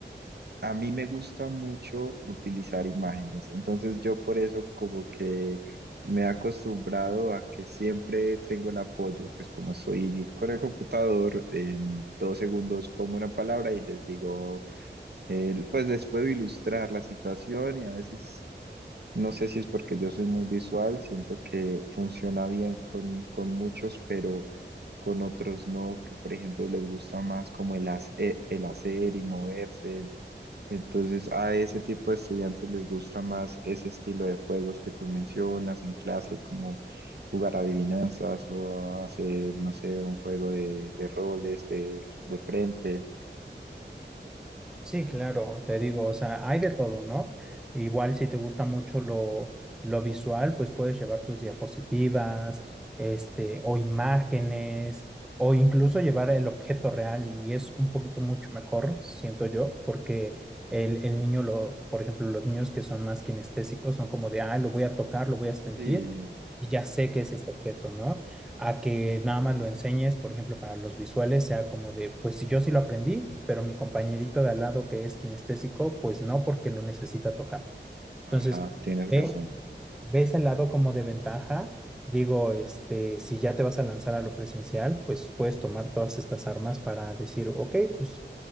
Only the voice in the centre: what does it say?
Sí, claro, te digo, o sea, hay de todo, ¿no? Igual si te gusta mucho lo, lo visual, pues puedes llevar tus diapositivas, este, o imágenes, o incluso llevar el objeto real y es un poquito mucho mejor, siento yo, porque el, el niño, lo, por ejemplo, los niños que son más kinestésicos son como de, ah, lo voy a tocar, lo voy a sentir
y ya sé que es este objeto, ¿no? a que nada más lo enseñes, por ejemplo, para los visuales, sea como de, pues si yo sí lo aprendí, pero mi compañerito de al lado que es kinestésico, pues no, porque lo necesita tocar.
Entonces,
ve,
ves el lado como de ventaja. Digo, este, si ya te vas a lanzar a lo presencial, pues puedes tomar todas estas armas para decir, ok, pues